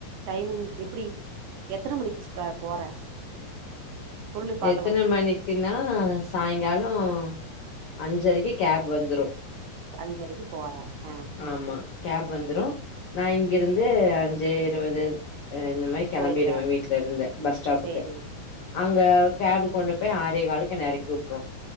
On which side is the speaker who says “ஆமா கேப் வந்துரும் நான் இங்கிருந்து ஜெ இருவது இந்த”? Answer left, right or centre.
Left